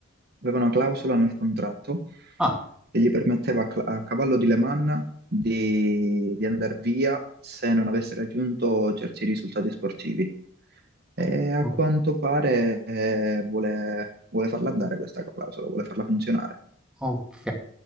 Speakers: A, on the right; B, in the centre.
A: Aveva una clausola nel contratto
B: Ah,
A: che gli permetteva a, cla- a cavallo di Le Mans di, di andare via se non avesse raggiunto certi risultati sportivi. E a
B: o-
A: quanto pare eh, vuole, vuole farla andare questa clausola, vuole farla funzionare.
B: ok.